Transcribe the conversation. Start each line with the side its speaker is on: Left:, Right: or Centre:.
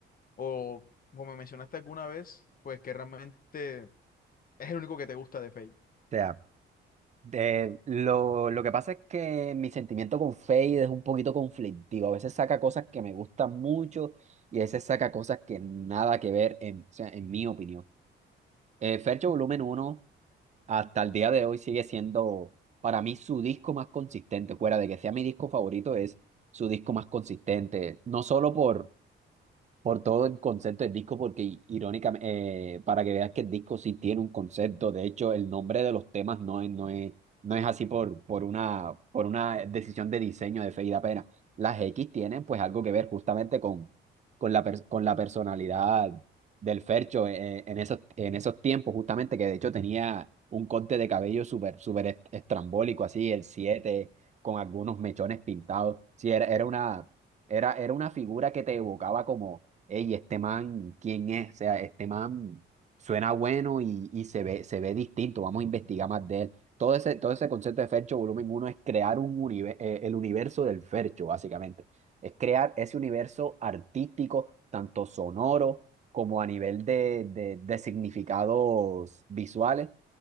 Left: o como me mencionaste alguna vez, pues que realmente es el único que te gusta de Feid?
Right: O sea, de- lo, lo que pasa es que mi sentimiento con Fade es un poquito conflictivo. A veces saca cosas que me gustan mucho y a veces saca cosas que nada que ver en, o sea, en mi opinión. Eh, Fercho Volumen uno hasta el día de hoy sigue siendo para mí su disco más consistente, fuera de que sea mi disco favorito, es su disco más consistente, no solo por por todo el concepto del disco, porque i- irónicamente, eh, para que veas que el disco sí tiene un concepto, de hecho, el nombre de los temas no es, no es, no es así por, por una, por una decisión de diseño de Feid apenas. Las X tienen pues algo que ver justamente con, con la, pers- con la personalidad del Fercho eh, en esos, en esos tiempos, justamente, que de hecho tenía un corte de cabello súper, súper est- estrambólico, así, el siete con algunos mechones pintados. Sí, era, era una... Era, era una figura que te evocaba Ey, este man, ¿quién es? O sea, este man suena bueno y, y se ve, se ve distinto. Vamos a investigar más de él. Todo ese, todo ese concepto de Fercho Volumen uno es crear un unive- eh, el universo del Fercho, básicamente. Es crear ese universo artístico, tanto sonoro como a nivel de, de, de significados visuales,